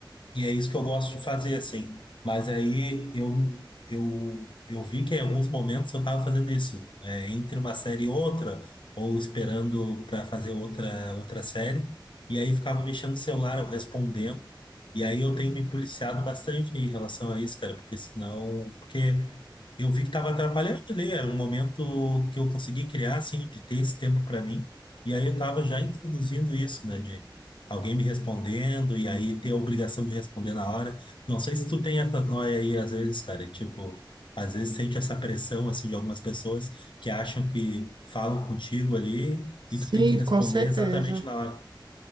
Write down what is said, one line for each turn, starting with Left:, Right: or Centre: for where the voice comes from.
Left: E é isso que eu gosto de fazer, assim. Mas aí eu, eu, eu vi que em alguns momentos eu estava fazendo isso, é, entre uma série e outra, ou esperando para fazer outra, outra série, e aí ficava mexendo no celular, eu respondendo. E aí eu tenho me policiado bastante em relação a isso, cara, porque senão. Porque eu vi que estava atrapalhando ali, era um momento que eu consegui criar, assim, de ter esse tempo para mim. E aí eu estava já introduzindo isso, né, de alguém me respondendo e aí ter a obrigação de responder na hora. Não sei se tu tem essa noia aí às vezes, cara, tipo, às vezes sente essa pressão assim de algumas pessoas que acham que falam contigo ali
Right: Sim,
Left: e tu tem que responder
Right: com certeza.
Left: exatamente na hora.